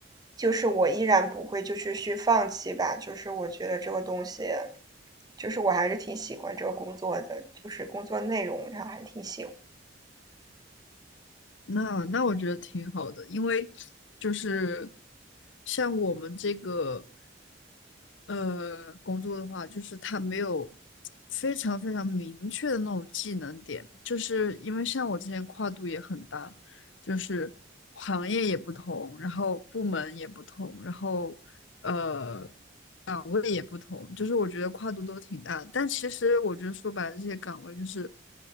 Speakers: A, on the right; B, on the left.
A: 就是我依然不会就是去放弃吧。就是我觉得这个东西，就是我还是挺喜欢这个工作的，就是工作内容上还挺喜欢。
B: 那那我觉得挺好的，因为就是像我们这个呃工作的话，就是它没有非常非常明确的那种技能点，就是因为像我之前跨度也很大，就是行业也不同，然后部门也不同，然后呃也不同，就是我觉得跨度都挺大的但其实我觉得说白了，这些岗位就是